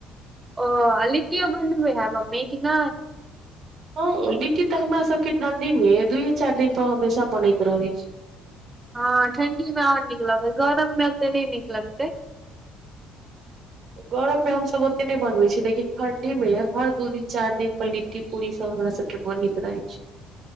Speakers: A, on the right; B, on the right.
A: ओ अ लिट्टीयो बनबे हैं मम्मी कि नहि
B: हँ लिट्टी तऽ हमरा सभके ठण्ढीमे दुूए चारि दिनपर हमेशा बनैत रहैत छै
A: हँ ठण्ढीमे आओर नीक लगतै गरममे ओत्ते नहि नीक लगतै
B: गरममे हमसभ ओत्ते नहि बनबै छी लेकिन ठण्ढीमे हर दू दिन चारि दिन पर लिट्टी पूरीसभ हमरा सभके बनैत रहै छै